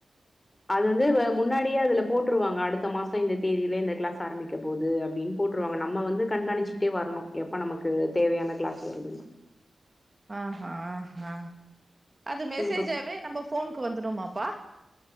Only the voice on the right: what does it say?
ஆஹா ஹ அது மெசேஜாவே
நம்ம ஃபோனுக்கு வந்துடுமாப்பா